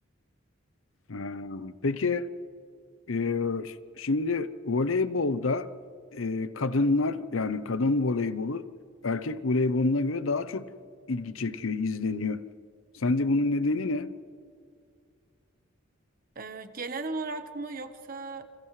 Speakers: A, on the left; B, on the right.
A: Ha, Peki Ee, şimdi voleybolda e, kadınlar yani kadın voleybolu erkek voleyboluna göre daha çok ilgi çekiyor, izleniyor. Sence bunun nedeni ne?
B: Ee, genel olarak mı yoksa